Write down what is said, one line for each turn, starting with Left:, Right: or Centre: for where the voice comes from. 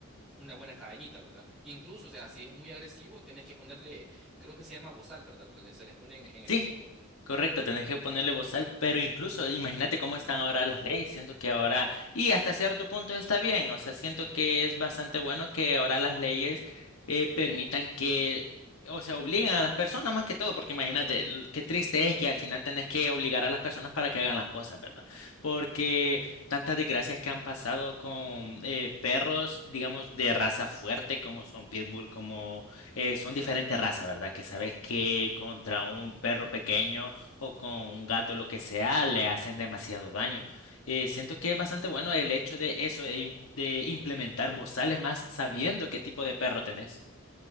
Centre: una buena cadenita, ¿verdad? Incluso, o sea, si es muy agresivo, tenés que ponerle, creo que se llama bozal, ¿verdad? Lo que le- se les pone en en el
Left: Sí.
Centre: hocico.
Left: Correcto, tenés que ponerle bozal, pero incluso imagínate cómo están ahora las leyes, siento que ahora, y hasta cierto punto está bien, o sea, siento que es bastante bueno que ahora las leyes eh, permitan que, o sea, obliguen a las personas más que todo, porque imagínate, l- qué triste es que al final tenés que obligar a las personas para que hagan las cosas, ¿verdad? Porque tantas desgracias que han pasado con eh, perros, digamos, de raza fuerte, como son pitbull, como eh, son diferentes razas, ¿verdad? Que sabes que contra un perro pequeño o con un gato, lo que sea, le hacen demasiado daño. Eh, siento que es bastante bueno el hecho de eso, de, im- de implementar bozales más sabiendo qué tipo de perro tenés.